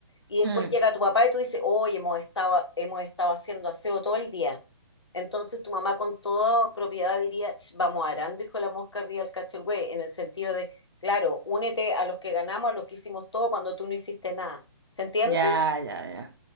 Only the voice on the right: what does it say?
mm,
ya, ya, ya.